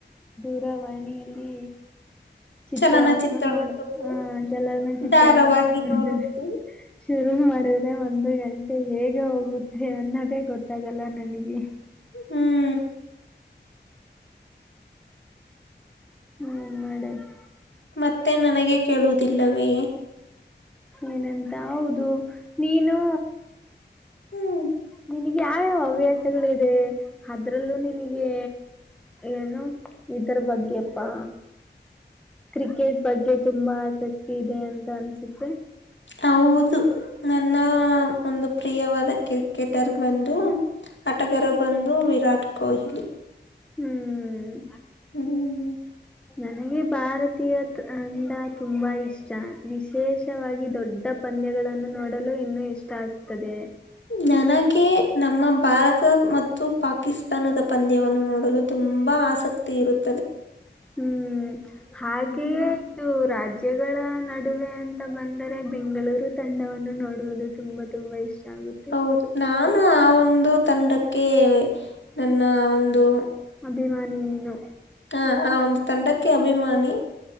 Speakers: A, in the centre; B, on the left (about 75°).
A: ದೂರವಾಣಿಯಲ್ಲಿ ಚಿತ್ರವನ್ನು
B: ಚಲನಚಿತ್ರ
A: ನೋ
B: ನೋಡುವುದು
A: ಹ ಚಲರ್ ಮ ಚಿತ್ರವನ್ನು
B: ಧಾರಾವಾಹಿ
A: ನೋಡ
B: ನೋಡುವುದು
A: ಶುರು ಮಾಡಿದ್ರೆ ಒಂದು ಗಂಟೆ ಹೇಗೆ ಹೋಗುತ್ತೆ ಅನ್ನೋದೇ ಗೊತ್ತಾಗಲ್ಲ ನನಗೆ
B: ಹ್ಮ್
A: ಹ್ಮ್ ಮಾಡದು
B: ಮತ್ತೆ ನನಗೆ ಕೇಳುದಿಲ್ಲವೇ
A: ಏನಂತ ಹೌದು ನೀನು
B: ಹ್ಮ್
A: ನಿನಗೆ ಯಾವ್ಯಾವ ಹವ್ಯಾಸಗಳಿದೆ ಅದ್ರಲ್ಲೂ ನಿನಗೆ ಏನು ಇದರ ಬಗ್ಗೆಪ್ಪಾ ಕ್ರಿಕೆಟ್ ಬಗ್ಗೆ ತುಂಬಾ ಆಸಕ್ತಿ ಇದೆ ಅಂತ ಅನ್ಸುತ್ತೆ
B: ಹೌದು ನನ್ನ ಒಂದು ಪ್ರಿಯವಾದ ಕ್ರಿಕೆಟರ್ ಬಂದು ಆಟಗಾರ ಬಂದು ವಿರಾಟ್ ಕೊಹ್ಲಿ
A: ಹ್ಮ್
B: ಹ್ಮ್
A: ನನಗೆ ಭಾರತೀಯ ತಂಡ ತುಂಬಾ ಇಷ್ಟ ವಿಶೇಷವಾಗಿ ದೊಡ್ಡ ಪಂದ್ಯಗಳನ್ನು ನೋಡಲು ಇನ್ನು ಇಷ್ಟ ಆಗ್ತದೆ
B: ನನಗೆ ನಮ್ಮ ಭಾರತ ಮತ್ತು ಪಾಕಿಸ್ತಾನದ ಪಂದ್ಯವನ್ನು ನೋಡಲು ತುಂಬಾ ಆಸಕ್ತಿ ಇರುತ್ತದೆ
A: ಹ್ಮ್ ಹಾಗೆಯೇ
B: ಹ್ಮ್
A: ಇದು ರಾಜ್ಯಗಳ ನಡುವೆ ಅಂತ ಬಂದರೆ ಬೆಂಗಳೂರು ತಂಡವನ್ನು ನೋಡುವುದು ತುಂಬ ತುಂಬಾ ಇಷ್ಟ ಆಗುತ್ತೆ
B: ಹೌದು ನಾನು ಆ ಒಂದು ತಂಡಕ್ಕೆ ನನ್ನ ಒಂದು
A: ಅಭಿಮಾನಿ ನೀನು
B: ಹಾ ಆ ಒಂದು ತಂಡಕ್ಕೆ ಅಭಿಮಾನಿ